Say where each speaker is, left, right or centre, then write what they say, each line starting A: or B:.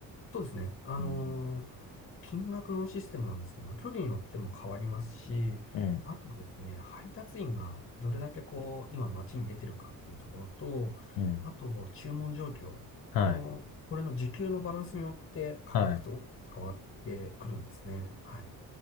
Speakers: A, on the left; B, on the left.
A: そうですね。あのー金額のシステムなんですけども、
B: うん、
A: 距離によっても変わりますし、
B: うん、
A: あとはですね、配達員がどれだけこう、今街に出てるかっていうところと、
B: うん
A: あと、注文状況。
B: はい、
A: あのーこれの時給のバランスによって価格と変わってくるんですね。
B: はい。
A: はい。